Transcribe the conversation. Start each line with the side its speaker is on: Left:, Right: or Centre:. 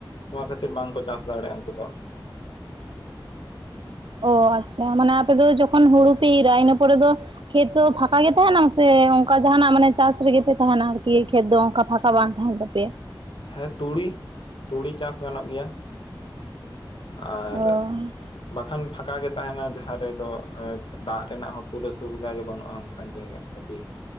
Left: ᱱᱚᱣᱟ ᱠᱷᱟᱹᱛᱤᱨ ᱵᱟᱝᱠᱚ ᱪᱟᱥ ᱫᱟᱲᱮᱭᱟᱜᱼᱟ ᱩᱱᱠᱩ ᱫᱚ ᱾
Right: ᱚ ᱟᱪᱪᱷᱟ, ᱢᱟᱱᱮ ᱟᱯᱮ ᱫᱚ ᱡᱚᱠᱷᱚᱱ ᱦᱩᱲᱩ ᱯᱮ ᱤᱨᱟ ᱤᱱᱟᱹ ᱯᱚᱨᱮ ᱫᱚ ᱠᱷᱮᱛ ᱫᱚ ᱯᱷᱟᱸᱠᱟ ᱜᱮ ᱛᱟᱦᱮᱱᱟ ᱥᱮ ᱚᱱᱠᱟ ᱡᱟᱦᱟᱱᱟᱜ ᱢᱟᱱᱮ ᱪᱟᱥ ᱨᱮᱜᱮ ᱯᱮ ᱛᱟᱦᱮᱱᱟ ᱟᱨᱠᱤ ᱠᱷᱮᱛ ᱫᱚ ᱚᱱᱠᱟ ᱯᱷᱟ ᱠᱟ ᱵᱟᱝ ᱛᱟᱦᱮᱱ ᱛᱟᱯᱮᱭᱟ ᱾
Left: ᱦᱮᱸ ᱛᱩᱲᱤ, ᱛᱩᱲᱤ ᱪᱟᱥ ᱜᱟᱱᱚᱜ ᱜᱮᱭᱟ ᱾ ᱟᱨ
Right: ᱚ
Left: ᱵᱟᱠᱷᱟᱱ ᱯᱷᱟᱠᱟ ᱜᱮ ᱛᱟᱦᱮᱱᱟ ᱡᱟᱦᱟᱸ ᱨᱮᱫᱚ ᱮ ᱫᱟᱜ ᱨᱮᱱᱟᱜ ᱦᱚᱸ ᱯᱩᱨᱟᱹ ᱥᱩᱵᱤᱫᱷᱟ ᱜᱮ ᱵᱟᱹᱱᱩᱜᱼᱟ ᱚᱱᱠᱟᱱ ᱡᱟᱭᱜᱟ ᱨᱮ ᱟᱹᱰᱤ